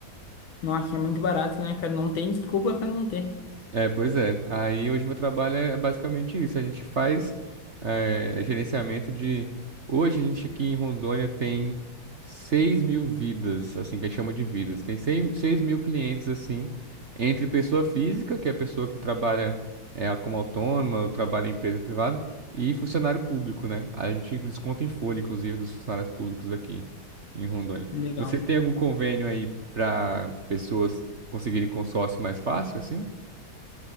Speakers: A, on the left; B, on the right.
A: Nossa, é muito barato, né, cara? Não tem desculpa pra não ter.
B: É, pois é. Aí hoje meu trabalho é basicamente isso. A gente faz eh, é, gerenciamento de. Hoje a gente aqui em Rondônia tem 6 mil vidas, assim, que a gente chama de vidas. Tem seis seis mil clientes, assim, entre pessoa física, que é a pessoa que trabalha eh, como autônoma, ou trabalha em empresa privada, e funcionário público, né? A gente desconta em folha, inclusive, dos funcionários públicos aqui em Rondônia.
A: Legal.
B: Vocês têm algum convênio aí para pessoas conseguirem consórcio mais fácil, assim?